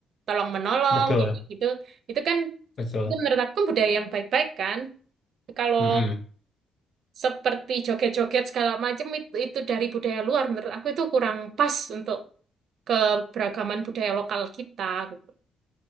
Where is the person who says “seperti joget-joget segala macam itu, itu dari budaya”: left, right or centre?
Right